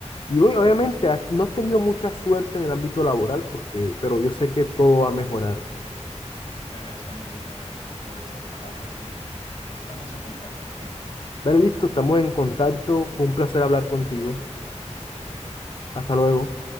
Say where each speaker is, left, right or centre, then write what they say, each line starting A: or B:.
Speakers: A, on the left; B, on the left.
A: Y hoy, obviamente has- no has tenido mucha suerte en el ámbito laboral, porque, pero yo sé que todo va a mejorar.
B: te agradezco, amigo, te agradezco por esas palabras y eh, estamos en contacto, ¿ok?
A: Dale, listo, estamos en contacto. Fue un placer hablar contigo.
B: Ok, hasta luego.
A: Hasta luego.